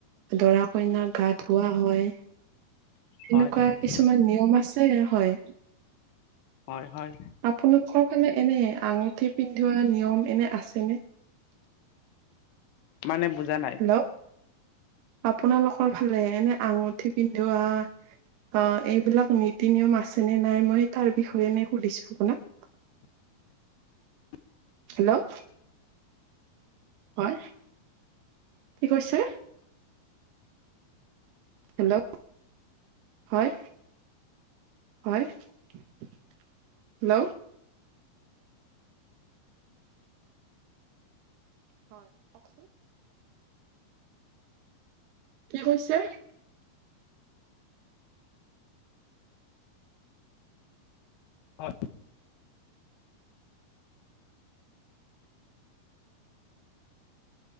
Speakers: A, on the right (about 85°); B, on the left (about 80°).
A: দৰা কইনাত গাত ধোৱা হয়
B: হয়
A: এনেকুৱা
B: হয়
A: কিছুমান নিয়ম আছে হয়
B: হয় হয়
A: আপোনোকৰ ফালে এনে আঙুঠি পিন্ধোৱা নিয়ম এনে আছেনে?
B: মানে বুজা নাই
A: হেল্ল' আপোনালোকৰ ফালে এনে আঙুঠি পিন্ধোৱা অ এইবিলাক নীতি নিয়ম আছে নে নাই মই তাৰ বিষয়ে নে সুধিছোঁ আপোনাক
B: <unintelligible>
A: হেল্ল'। হয় কি কৈছে হেল্ল' হয়। হয় হেল্ল' হয় কওকচোন কি কৈছে
B: অ।